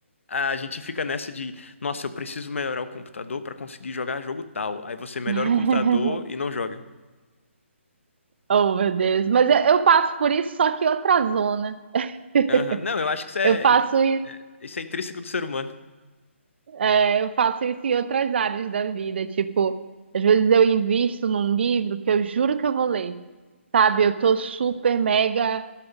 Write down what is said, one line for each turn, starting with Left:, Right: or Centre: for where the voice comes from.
Left: a gente fica nessa de, nossa, eu preciso melhorar o computador para conseguir jogar jogo tal. Aí você melhora
Right: <laughs>
Left: o computador e não joga.
Right: Oh, meu Deus. Mas eu eu passo por isso, só que outra zona. <laughs>
Left: Aham. Não, eu acho que isso é,
Right: Eu faço
Left: in-
Right: isso.
Left: é- isso é intrínseco do ser humano.
Right: É, eu faço isso em outras áreas da vida, tipo, às vezes eu invisto num livro que eu juro que eu vou ler, sabe? Eu tô super mega